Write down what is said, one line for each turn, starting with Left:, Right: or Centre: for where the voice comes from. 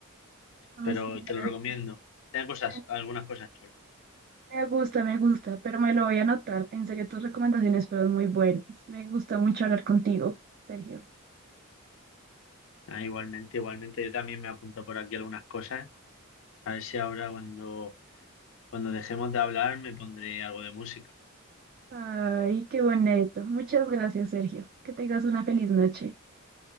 Right: No,
Left: Pero
Right: sí, me,
Left: te lo
Right: la-
Left: recomiendo.
Right: me
Left: Tiene cosas,
Right: la-
Left: algunas cosas chulas.
Right: me gusta, me gusta, pero me lo voy a anotar. En serio, tus recomendaciones fueron muy buenas. Me gusta mucho hablar contigo, Sergio.
Left: Ah, igualmente, igualmente, yo también me apunto por aquí algunas cosas. A ver si ahora cuando, cuando dejemos de hablar me pondré algo de música.
Right: Ay, qué bonito. Muchas gracias, Sergio. Que tengas una feliz noche.